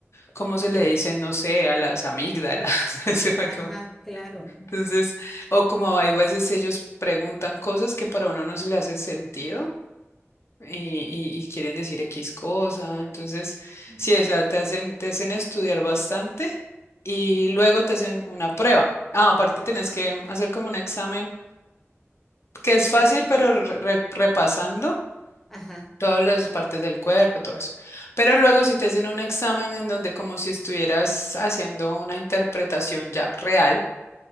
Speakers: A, on the left; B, in the centre.
A: ¿Cómo se
B: sí,
A: le dice? No sé, a las amígdalas. <laughs> se me acabó.
B: ajá, claro.
A: Entonces, o como hay veces ellos preguntan cosas que para uno no se le hace sentido y, y- y quieren decir X cosa. Entonces,
B: Mm.
A: sí, o sea, te hacen, te hacen estudiar bastante y luego te hacen una prueba. Ah, aparte tenés que hacer como un examen que es fácil,
B: ¿Práctico?
A: pero re- re- repasando.
B: Ajá,
A: todas las partes del cuerpo, todo eso. Pero luego si te hacen un examen en donde como si estuvieras haciendo una interpretación ya real,